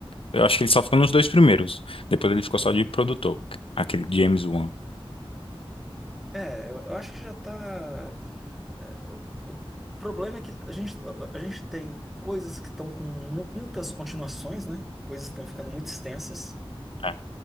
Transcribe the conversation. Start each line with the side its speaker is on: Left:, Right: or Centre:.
Left: eu acho que ele só ficou nos dois primeiros, depois ele ficou só de produtor, aquele James Wan.
Centre: É, eu, eu acho que já tá. é, o, o problema é que a gente, a gente tem coisas que estão com muitas continuações, né? Coisas que estão ficando muito extensas.
Left: É